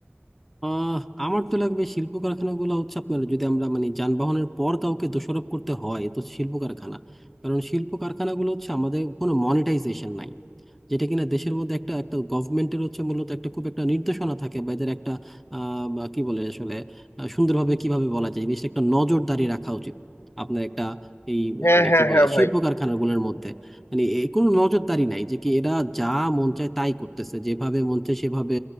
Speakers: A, in the centre; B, on the left.
A: আহ আমার তো লাগবে শিল্প কারখানাগুলো হচ্ছে আপনার যদি আমরা মানে যানবাহনের পর কাউকে দোষারোপ করতে হয় তো শিল্প কারখানা কারণ শিল্প কারখানাগুলো হচ্ছে আমাদের কোনো মনিটাইজেশন নাই যেটা কিনা দেশের মধ্যে একটা একটা গভর্নমেন্টের হচ্ছে মূলত একটা খুব একটা নির্দেশনা থাকে বা এদের একটা আহ বা কি বলে আসলে আহ, সুন্দরভাবে কিভাবে বলা যায় জিনিসটা একটা নজরদারি রাখা উচিত আপনার একটা এই
B: হ্যাঁ
A: আহ, মানে
B: হ্যাঁ
A: কি বলে
B: হ্যাঁ ভাই
A: শিল্প কারখানাগুলোর মধ্যে মানে এ- কোনো নজরদারি নাই যে কি এরা যা মন চায় তাই করতেছে যেভাবে মন চায় সেভাবে